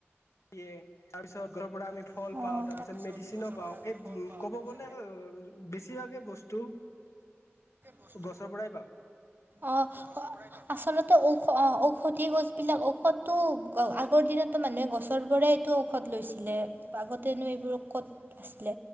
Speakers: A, on the left; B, on the right.
A: ই তাৰপিছত আমি
B: অ
A: ফল পাওঁ তাৰপিছত
B: তাৰি
A: মেডিচিনো
B: গছ
A: পাওঁ এই
B: ফল পা
A: ক'ব
B: তাৰিছ
A: গ'লে বেছিভাগে বস্তু
B: মচ
A: গছৰ
B: পা
A: পৰাই পাওঁ
B: অ আচলতে ঔষ ঔষধি গছবিলাক ঔষধটো আগৰ দিনতো মানুহে গছৰ পৰাোৰেই এইটো ঔষধ লৈছিলে আগতেনো এইবোৰ ক'ত আছিলে